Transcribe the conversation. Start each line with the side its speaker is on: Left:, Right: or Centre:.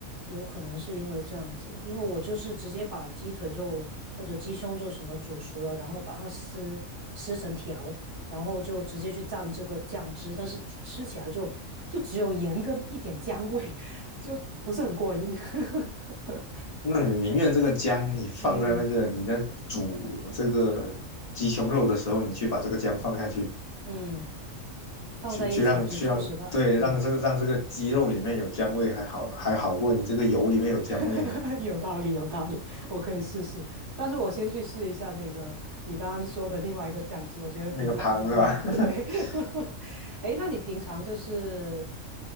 Right: 有可能是因为这样子，因为我就是直接把鸡腿肉或者鸡胸肉什么煮熟了，然后把它撕撕成条，然后就直接去蘸这个酱汁，但是吃起来就就只有盐跟一点姜味，<laughs> 就不是很过瘾。<laughs>
Left: 那你宁愿这个姜你放在那个你在煮这个鸡胸肉的时候，
Right: 嗯
Left: 你去把这个姜放下去，
Right: 嗯，放在一起去煮是吧？
Left: 去去让去让对让这个让这个鸡肉里面有姜味还好还好过你这个油里面有姜味呢。
Right: 嗯 <laughs> 有道理，有道理，我可以试试。但是我先去试一下那个你刚刚说的另外一个酱汁，我觉得挺好的那个。
Left: 那个汤是吧？
Right: 对，
Left: <laughs>
Right: <laughs> 哎那你平常就是